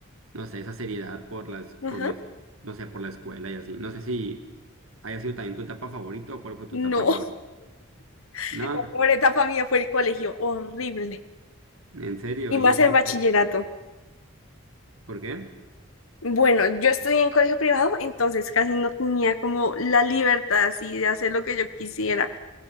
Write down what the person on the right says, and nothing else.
no sé, esa seriedad por las,
por mis, no sé, por la escuela y así. No sé si haya sido también tu etapa favorita o cuál fue tu
etapa favorita.
No,
en serio,
¿y eso
por
qué? ¿Por qué?